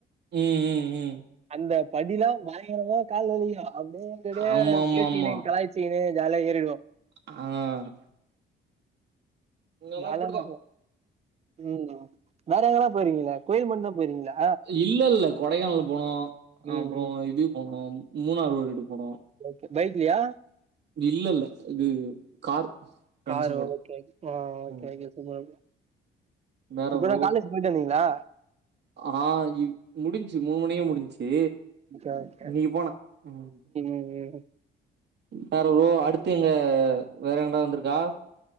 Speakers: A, on the right; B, on the right.
A: ம் ம் ம்
B: அந்த படிலா பயங்கரமா கால் வலிக்கு அப்டியே என்ட
A: ஆமா
B: அப்டி
A: ஆமா ஆமா
B: பேசினே கலாயி ச்சீனு ஜாலியா ஏரிடுவோ
A: ஆ இங்கெல்லா
B: ஜாலல்ல
A: அப்டிதா
B: போ ம் வேற எங்கல்லா போயிறீக்கிங்களா கோயில் மட்டு தா போயிறீங்க்கிங்களா
A: இல்ல இல்ல கொடைக்கானல் போனோ
B: ம்
A: அப்புற
B: ம்
A: இது போனோம் மூணார் ஒரிட்டு போனோ
B: ஓகே பைக்லயா
A: இல்ல இல்ல இது கார் ஃப்ரெண்ட்ஸு
B: காரு
A: கூட
B: ஓகே ஓகே ஆ
A: ம்
B: ஓகே சூப்பர் ப்ரோ
A: வேற
B: இப்பதா
A: ப்ரோ
B: காலேஜ் போயிட்டு வந்தீங்களா
A: ஆ இப் முடிஞ்சு மூணு மணிக்கே முடிஞ்சு
B: ஓகே ஓகே
A: நீ போனா ம்
B: ம் ம்
A: வேற ப்ரோ அடுத்து எங்க வேற எங்டா வந்ருக்கா